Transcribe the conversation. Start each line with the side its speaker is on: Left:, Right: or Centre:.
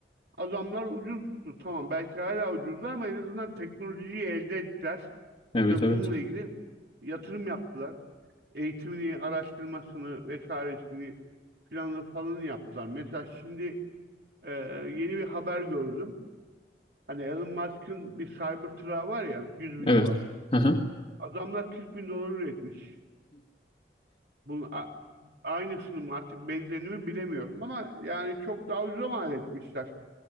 Right: Adamlar ucuzdu. Tamam belki hala ucuzlar ama en azından teknolojiyi elde ettiler.
Left: Evet
Right: Ve
Left: evet.
Right: bununla ilgili yatırım yaptılar. Eğitimini, araştırmasını vesairesini planını falan yaptılar. Mesela şimdi Ee, yeni bir haber gördüm. Hani Elon Musk'ın bir Cybertruck'ı var ya yüz bin
Left: Evet.
Right: dolar.
Left: Hı hı.
Right: Adamlar 40 bin dolar üretmiş. Bunun a- aynısını mı artık benzerini mi bilemiyorum ama yani çok daha ucuza mal etmişler.